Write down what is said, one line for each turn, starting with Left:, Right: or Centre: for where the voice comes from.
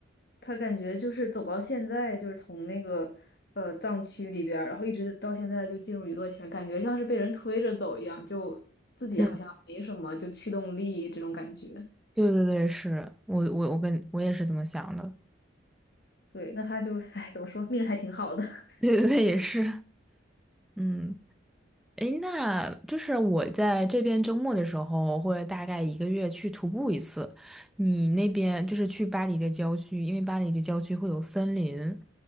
Left: 他感觉就是走到现在，就是从那个呃藏区里边儿，然后一直到现在就进入娱乐圈，感觉像是被人推着走一样，就自己好像没什么就驱动力这种感觉。
Centre: 嗯，对对对，是我我我跟我也是这么想的。
Left: 对，那他就，哎，怎么说，命还挺好的。<laughs>
Centre: <laughs> 对对对，也是。嗯。诶，那就是我在这边周末的时候，我会大概一个月去徒步一次。你那边就是去巴黎的郊区，因为巴黎的郊区会有森林。